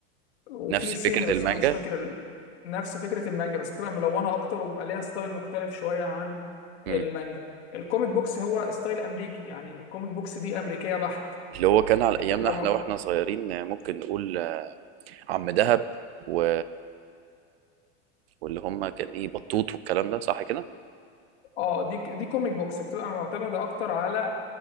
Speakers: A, on the left (about 70°); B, on the right (about 65°).
A: وفي
B: نفس
A: صيني
B: فكره
A: بس
B: المانجا
A: أنا مش فاكر ال... نفس فكرة المانجا بس بتبقى ملونة أكتر وبيبقى ليها ستايل مختلف شوية عن
B: مم.
A: المانجا الكوميك بوكس هو ستايل أمريكي يعني الكوميك بوكس دي أمريكية بحت
B: اللي هو كان على
A: بتبقى
B: ايامنا احنا
A: م...
B: واحنا صغيرين آه، ممكن نقول آه، عم دهب و... واللي هم كان ايه بطوط والكلام ده صح كده
A: اه دي دي كوميك بوكس بتبقى معتمدة أكتر على